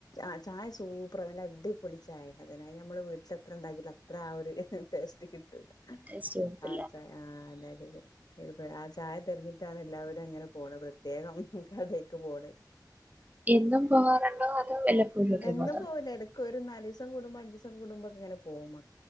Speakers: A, on the left; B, on the right.
A: ആ ചായസൂപ്പർ നല്ലഅടിപൊളി ചായ അതിനായി ഞമ്മള് വീട്ടിലെത്ര ഉണ്ടാക്കീട്ടിലും അത്ര ആ ഒരു ടേസ്റ്റ് കിട്ടൂല
B: ടേസ്റ്റ് വരത്തില്ല
A: ആ ചായ ആ അതെരീതിയില്. എ ഇപ്പൊ ആ ചായ തെരഞ്ഞിട്ടാണ് എല്ലാവരും അങ്ങനെ പോണത് പ്രത്യേകം കടേ ക്കു പോണ്
B: എന്നും പോകാറുണ്ടോ അതോ വല്ലപ്പോഴും ഒക്കെ
A: എന്നും
B: പോകാറുണ്ടോ
A: പോവൂലാ എട ക്കൊരു നാലീസം കൂടുമ്പോ അഞ്ചീസം കൂടുമ്പോക്കിങ്ങനെ പോവും